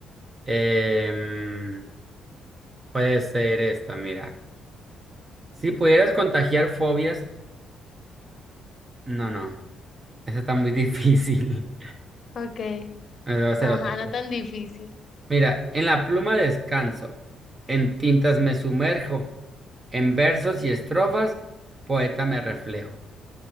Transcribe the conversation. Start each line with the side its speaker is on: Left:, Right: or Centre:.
Right: Em, puede ser esta, mira. Si pudieras contagiar fobias, no, no, eso está muy <laughs> difícil.
Left: Okay.
Right: Me va a ser
Left: Ajá,
Right: otra.
Left: no tan difícil.
Right: Mira, en la pluma descanso, en tintas me sumerjo, en versos y estrofas, poeta me reflejo.